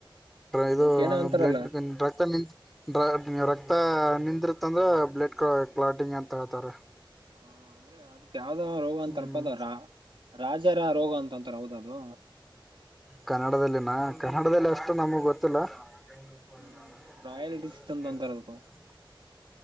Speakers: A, in the centre; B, on the right (about 70°).
A: ಇದು
B: ಅದಕ್ಕ ಏನೋ ಅಂತಾರಲ್ಲ
A: ಬ್ಲಡ್ ರಕ್ತ ನಿಂತ ಡ್ರ ನೀ ರಕ್ತ ನಿಂದಿರ್ತ್ತ ಅಂದ್ರೆ ಬ್ಲಡ್ ಕ ಕ್ಲಾಟಿಂಗ್ ಅಂತ ಹೇಳ್ತಾರೆ
B: ಹ ಅಂದ್ರೆ ಅದಕ್ ಯಾವ್ದಾವ ರೋಗ ಅಂತಾರಪ
A: ಹ್ಮ್
B: ಅದ ರಾಜರ ರೋಗ ಅಂತಂತಾರ ಹೌದ ಅದು
A: ಕನ್ನಡದಲ್ಲಿನ ಕನ್ನಡದಲ್ಲಿ ಅಷ್ಟು ನಮಗ್ ಗೊತ್ತಿಲ್ಲ ಕೆಳೋದು
B: ಹ್ಮ್ ರಾಯಲ್ ಡಿಸೀಸ್ ಅಂತ ಅಂತಾರ ಅದಕ್ಕೂ